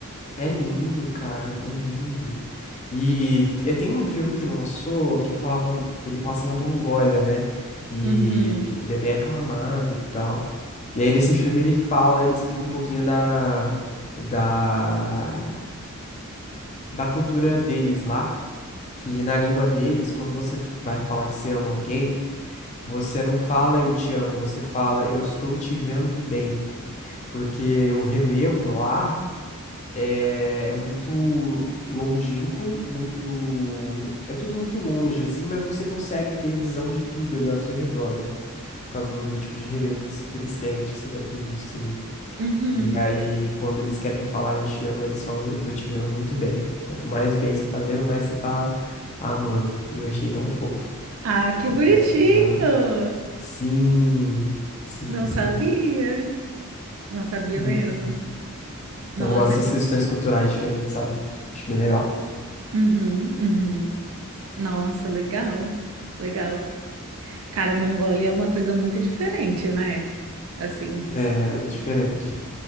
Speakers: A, on the left; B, on the right.
A: É lindo, cara, é lindo. E t- tem um filme que lançou que falava, ele passa na Mongólia, né? E
B: Uhum.
A: ele é bem aclamado e tal. E aí nesse filme ele fala, ele explica um pouquinho da da da cultura deles lá, que na língua deles, quando você f- vai falar que você ama alguém, você não fala eu te amo, você fala eu estou te vendo bem, porque o relevo lá é, é muito longínquo, muito. É tudo muito longe, assim, mas você consegue ter visão de tudo ali ao seu redor, né? Por causa do, do tipo de relevo que, que eles têm, acho que você deve ter visto ali.
B: Uhum.
A: E aí, quando eles querem falar eu te amo, eles falam eu tô te vendo muito bem. Quanto mais bem você tá vendo, mais você tá amando. E eu achei tão fofo.
B: Ah, que
A: É,
B: bonitinho!
A: é que legal. Sim, sim,
B: Não
A: sim.
B: sabia, não sabia
A: Uhum.
B: mesmo. Nossa,
A: Então, eu gosto dessas questões culturais diferentes, sabe? Acho bem legal.
B: uhum, uhum. Nossa, legal, legal. Cara, Mongólia é uma coisa muito diferente, né? Assim,
A: É, é diferente.